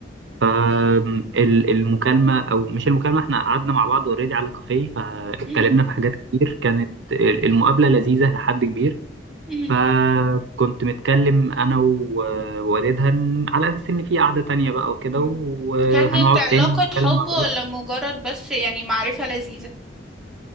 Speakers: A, on the right; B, in the centre.
A: فالمكالمة أو مش المكالمة إحنا قعدنا مع بعض أوريدي على كافيه فاتكلمنا
B: مهم.
A: في حاجات كتير كانت ال- المقابلة لذيذة لحد كبير
B: مهم.
A: فكنت متكلم أنا و- ووالدها إن- على أساس إن في قعدة تانية بقى وكده
B: مهم.
A: وهنقعد
B: كانت علاقة
A: تاني نتكلم
B: حب
A: مع بعض
B: ولا مجرد بس يعني معرفة لذيذة